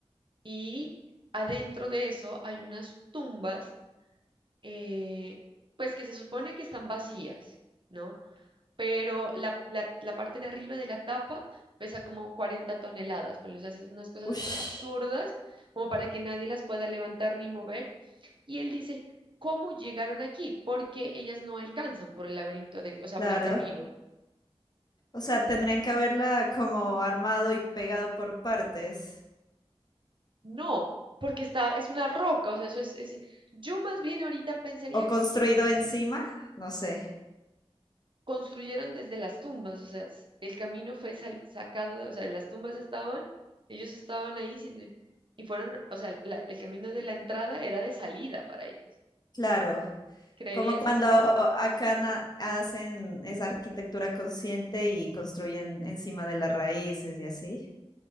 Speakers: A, on the right (about 50°); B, on the left (about 40°).
A: y adentro de eso hay unas tumbas, eh, pues que se supone que están vacías, ¿no? pero la, la, la parte de arriba de la tapa pesa como 40 toneladas, pues les haces unas cosas
B: Ush,
A: absurdas como para que nadie las pueda levantar ni mover. Y él dice, ¿cómo llegaron aquí? Porque ellas no alcanzan por el laberinto del, o sea,
B: claro.
A: por el camino.
B: O sea, tendrían que haberla como armado y pegado por partes
A: No, porque está, es una roca, o sea, eso es, es- yo más bien ahorita pensaría
B: o construido
A: que es
B: encima, no sé.
A: construyeron desde las tumbas, o sea, s- el camino fue sal- sacado, de, o sea, las tumbas estaban, ellos estaban ahí siendo- y fueron, o sea, la- el camino de la entrada era de salida para ellos.
B: Claro.
A: ¿Creerías
B: Como cuando
A: eso tú?
B: acá na- hacen esa arquitectura consciente y construyen encima de las raíces y así.